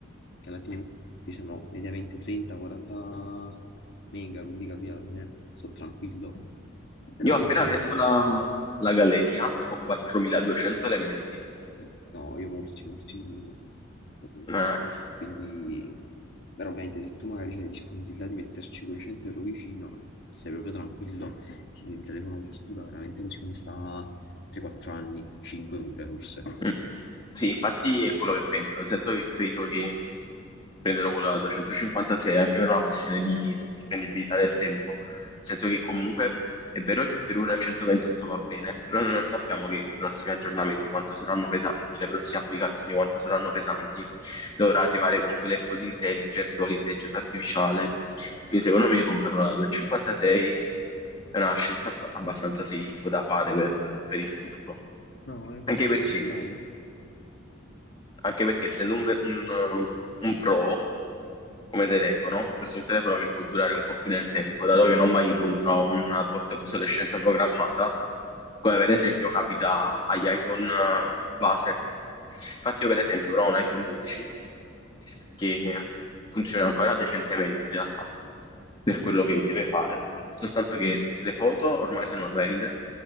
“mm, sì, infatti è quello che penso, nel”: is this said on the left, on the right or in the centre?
Left